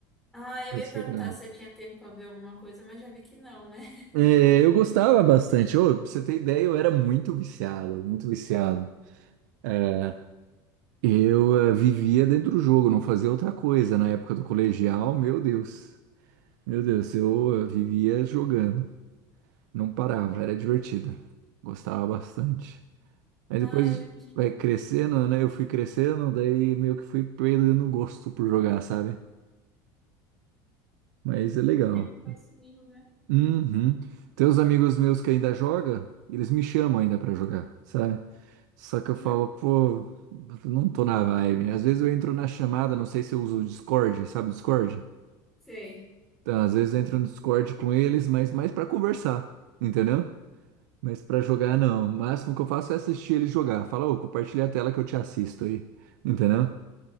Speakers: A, in the centre; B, on the right (about 80°).
A: Ah, eu
B: Eu
A: ia
B: sei,
A: perguntar
B: né?
A: se você tinha tempo pra ver alguma coisa, mas já vi que não, né? <laughs>
B: É, eu gostava bastante. Ô, pra você ter ideia, eu era muito viciado, muito viciado. É, eu eh, vivia dentro do jogo, não fazia outra coisa. Na época do colegial, meu Deus, meu Deus, eu eh, vivia jogando, não parava, era divertido, gostava bastante. mas
A: Ah,
B: depois
A: eu imagino.
B: vai crescendo, né? Eu fui crescendo, daí meio que fui perdendo o gosto por jogar, sabe? Mas é legal.
A: O tempo vai sumindo, né?
B: Uhum. Tem uns amigos meus que ainda joga, eles me chamam ainda pra jogar, sabe? Só
A: Uhum.
B: que eu falo, pô, não tô na vibe. Às vezes eu entro na chamada, não sei se eu uso o Discord, sabe o Discord?
A: Sei,
B: Então, às vezes eu entro no Discord com eles, mas mais pra conversar, entendeu? Mas pra jogar, não. O máximo que eu faço é assistir eles jogar. Fala, ô, compartilha a tela que eu te assisto aí, entendeu?